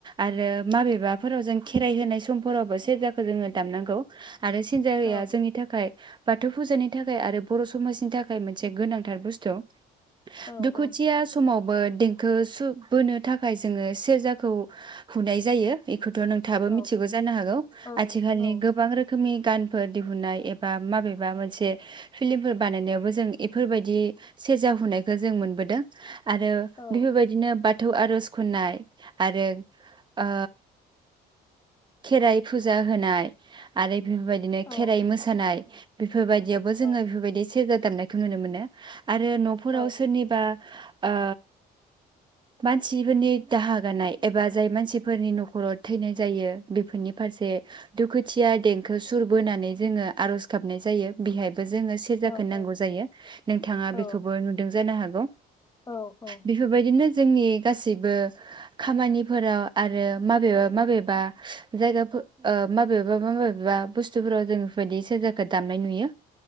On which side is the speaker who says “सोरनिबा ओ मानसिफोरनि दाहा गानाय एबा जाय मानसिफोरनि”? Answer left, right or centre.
Right